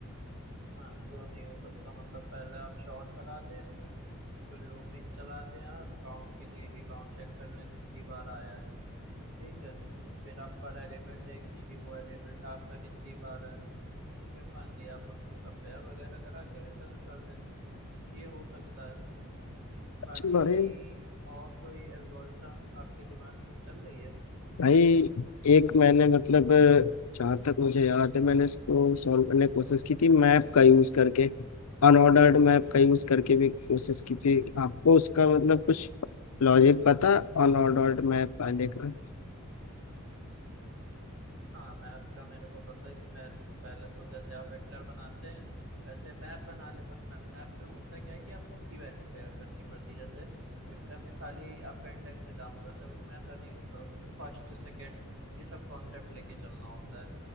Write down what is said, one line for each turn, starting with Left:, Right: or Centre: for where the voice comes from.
Right: हाँ क्यों नहीं हो सकता मतलब पहले आप शॉर्ट करा दें फिर लूपिंग चला दें आप काउंट के लिए कि काउंट चेक कर लें कितनी बार आया है ठीक है फिर आप पर एलिमेंट देख लें कि वो एलिमेंट आपका कितनी बार है फिर मान लिया आप उसको कंपेयर वगैरह करा के रिटर्न कर दें ये हो सकता है
Left: अच्छा
Right: बाकी
Left: भाई
Right: और कोई एल्गोरिथम आपके दिमाग में चल रही है
Left: भाई एक मैंने मतलब जहाँ तक मुझे याद है मैंने इसको सॉल्व करने की कोशिश की थी मैप का यूज करके अनऑर्डर्ड मैप का यूज करके भी कोशिश की थी आपको उसका मतलब कुछ लॉजिक पता अनऑर्डर्ड मैप वाले का
Right: हाँ मैप का मेरे को पता है कि मैं पहले तो जैसे आप वेक्टर बनाते हैं ऐसे मैप बना ले बस मैप में होता क्या है कि आपको की वैल्यू पेयर करनी पड़ती है जैसे वेक्टर में खाली आपका इंडेक्स से काम हो जाता है उसमें ऐसा नहीं होता उसमें फर्स्ट सेकंड ये सब कॉन्सेप्ट लेके चलना होता है